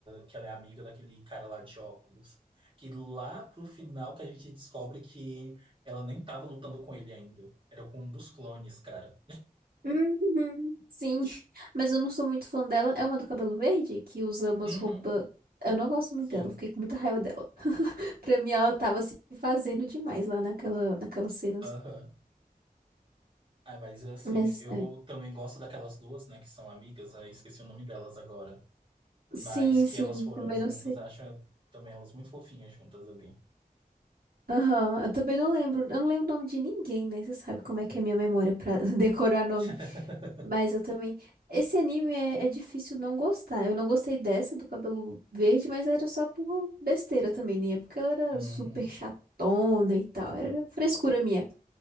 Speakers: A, on the right; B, on the right.
A: que ela é amiga daquele cara lá de óculos. Que lá pro final que a gente descobre que ela nem tava lutando com ele ainda. Era com um dos clones, cara.
B: Uhum. Sim, mas eu não sou muito fã dela. É uma do cabelo verde que usa umas
A: Uhum.
B: roupas. Eu não gosto
A: Sim.
B: muito dela, fiquei com muita raiva dela. <laughs> Pra mim, ela tava se fazendo demais lá naquela, naquelas cenas.
A: Aham. Ah, mas assim,
B: Mas,
A: eu
B: é,
A: também gosto daquelas duas, né, que são amigas, aí esqueci o nome delas agora. Mas
B: Sim,
A: que
B: sim,
A: elas foram
B: também
A: juntas,
B: não sei.
A: acho também elas muito fofinhas juntas ali.
B: Aham, eu também não lembro. Eu não lembro o nome de ninguém, né? Você sabe como é que é minha memória pra <laughs> decorar nome.
A: <laughs>
B: Mas eu também. Esse anime é, é difícil não gostar. Eu não gostei dessa do cabelo verde, mas era só por besteira também, né? Porque ela era
A: Uhum,
B: super chatona e tal. Era frescura minha.